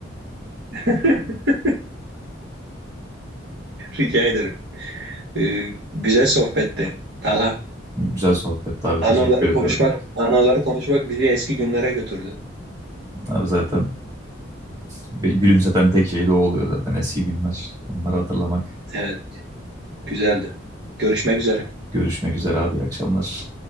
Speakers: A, on the right (about 55°); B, on the right (about 20°).
A: <laughs> Rica ederim. Ee, güzel sohbetti. Allah
B: Güzel sohbetti abi
A: anıları
B: teşekkür ediyorum.
A: konuşmak, anıları konuşmak bizi eski günlere götürdü.
B: Abi zaten be- gülümseten tek şey de o oluyor zaten eski günler. Onları hatırlamak.
A: Evet, güzeldi. Görüşmek üzere.
B: Görüşmek üzere abi. İyi akşamlar.